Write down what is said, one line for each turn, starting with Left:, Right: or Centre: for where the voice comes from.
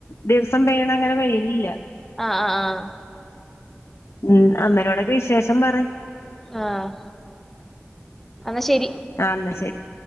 Left: ദിവ്സം പെയ്യ്ണ അങ്ങനെ പെയ്യെൽ ഇല്ലാ
Centre: ആഹ് ആഹ് ആഹ്
Left: ഉം അമ്മനോടൊക്കെ വിശേഷം പറി
Centre: ആഹ് അന്നാ ശരി
Left: ആഹ് ഇന്നാ ശരി